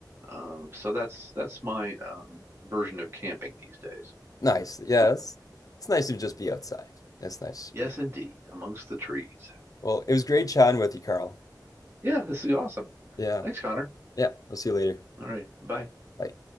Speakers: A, on the right; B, on the left.
A: Um, so that's that's my um, version of camping these days.
B: Nice. Yes, it's, it's nice to just be outside. It's nice to
A: Yes,
B: be outside.
A: indeed, amongst the trees.
B: Well, it was great chatting with you, Carl.
A: Yeah, this is awesome.
B: Yeah.
A: Thanks, Connor.
B: Yeah. I'll see you later.
A: All right, bye.
B: Bye.